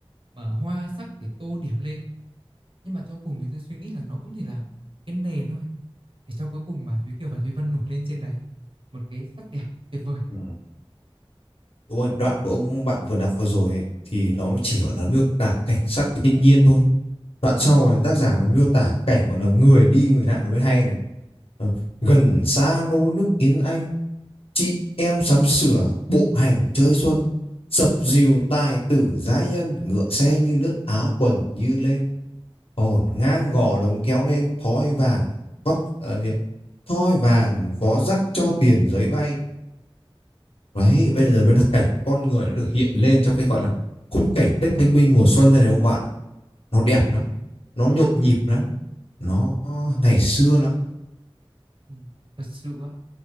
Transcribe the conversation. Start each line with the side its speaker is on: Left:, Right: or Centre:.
Right: mà hoa sắc thì tô điểm lên nhưng mà cho cùng thì tôi suy nghĩ là nó cũng chỉ là cái nền thôi để cho cuối cùng mà Thúy Kiều và Thúy Vân nổi lên trên đấy một cái sắc đẹp tuyệt vời.
Left: Ừ. đúng rồi đoạn của ông bạn vừa đọc vừa rồi ấy, thì nó chỉ gọi là miêu tả cảnh sắc thiên nhiên thôi đoạn sau này tác giả miêu tả cảnh gọi là người đi người lại nó mới hay này Ờ, gần xa nô nức yến anh chị em sắm sửa bộ hành chơi xuân dập dìu tài tử giãi nhân ngựa xe như nước áo quần như lêm hồn ngang gò đống kéo lên thói vàng vóc à, gì ấy? thói vàng vó rắc cho tiền giấy bay Đấy, bây giờ mới là cảnh con người nó được hiện lên trong cái gọi là khung cảnh Tết Thanh Minh mùa xuân đây này ông bạn ạ. Nó đẹp lắm, nó nhộn nhịp lắm, nó ngày xưa lắm.
Right: Ừ. Thật sự á,